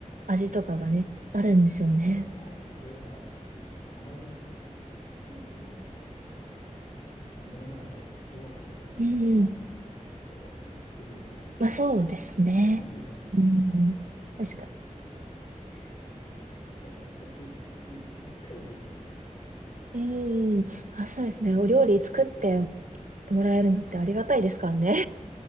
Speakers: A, on the right; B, on the left.
A: 味とかがね、
B: うん、
A: あるんでしょうね。
B: ですからもう、これは、あの、あまりね、あの、目の前で塩かけたりしたら、
A: うん。
B: ちょっとね、気分害すかなと思うから、
A: まあそうですね。
B: もう、
A: うん。
B: そそ、こそこそって、
A: 確かに。
B: こそこそ気つ、気、気使うんですよ。
A: <laughs> うん。あ、そうですね。お料理作ってもらえるのってありがたいですからね。